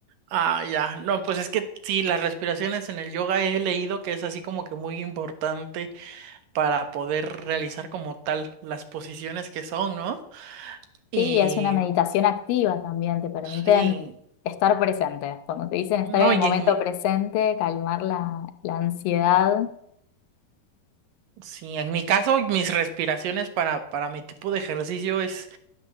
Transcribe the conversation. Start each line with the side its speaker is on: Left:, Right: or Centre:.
Right: Ah, ya. No, pues es que sí, las respiraciones en el yoga he leído que es así como que muy importante para poder realizar como tal las posiciones que son, ¿no? Y
Left: Sí, es una meditación activa también, te permiten
Right: sí,
Left: estar presente. Cuando te dicen estar
Right: no,
Left: en el
Right: y
Left: momento
Right: en mi,
Left: presente, calmar la, la ansiedad,
Right: sí, en mi caso, mis respiraciones para, para mi tipo de ejercicio es,